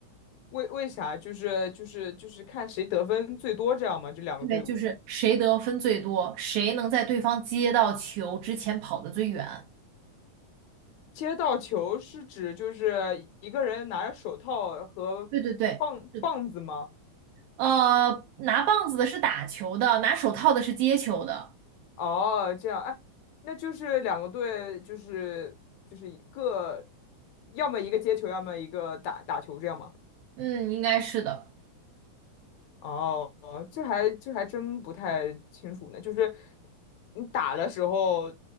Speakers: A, on the left; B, on the right.
A: 为为啥？就是就是就是看谁得分最多这样吗？就两个队伍。
B: 对，就是谁得分最多，谁能在对方接到球之前跑得最远。
A: 接到球是指就是一个人拿着手套和棒棒子吗？
B: 对对对，是的。呃，拿棒子的是打球的，拿手套的是接球的。
A: 哦，这样，哎，那就是两个队，就是就是一个，要么一个接球，要么一个打打球，这样吗？
B: 嗯，应该是的，
A: 哦，这还这还真不太清楚呢。就是你打的时候，